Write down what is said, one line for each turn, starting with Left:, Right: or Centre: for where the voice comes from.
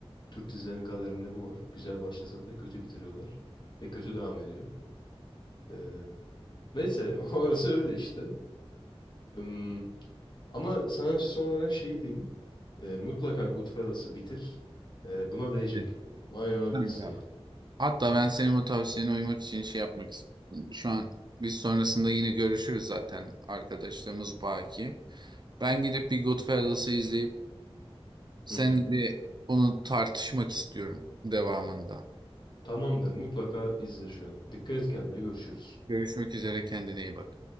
Left: Türk dizilerinin kaderinde bu var. Güzel başlasa da kötü bitiriyorlar ve kötü devam ediyor. Ee, neyse <laughs> orası öyle işte. Hmm, Ama sana son olarak şeyi diyeyim. E, mutlaka Goodfellas'ı bitir. E, buna değecek.
Right: Evet.
Left: Buna inanabilirsin
Right: Kanka.
Left: yani.
Right: Hatta ben senin bu tavsiyene uymak için şey yapmak istiyorum. Şu an biz sonrasında yine görüşürüz zaten arkadaşlarımız baki. Ben gidip bir Goodfellas'ı izleyip seninle
Left: Hı hı.
Right: bir onu tartışmak istiyorum devamında.
Left: Tamamdır. Mutlaka izle şu an. Dikkat et kendine. Görüşürüz.
Right: Görüşmek üzere kendine iyi bak.